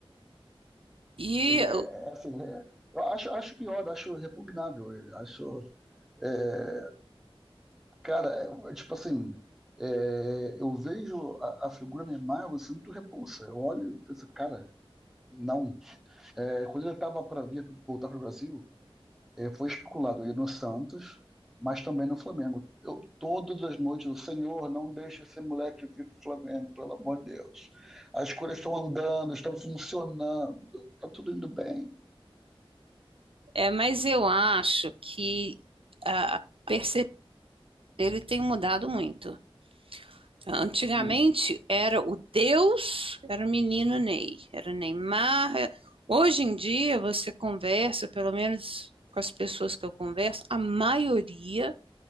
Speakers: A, on the right (about 65°); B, in the centre.
A: E
B: Ele
A: eu-
B: é, é assim, é- eu acho, acho pior, acho repugnável ele. Acho, é, cara, é, tipo assim, é, eu vejo a, a figura Neymar, eu sinto repulsa. Eu olho e penso, cara, não. É, quando ele tava para vir voltar pro Brasil, É, foi especulado ele no Santos, mas também no Flamengo. Eu, todas as noites, o Senhor, não deixe esse moleque vir para o Flamengo, pelo amor de Deus. As coisas estão andando, estão funcionando, está tudo indo bem.
A: é, mas eu acho que perceber ele tem mudado muito. Antigamente
B: Hum,
A: era o Deus, era o menino Ney, era o Neymar. é- Hoje em dia você conversa, pelo menos com as pessoas que eu converso, a maioria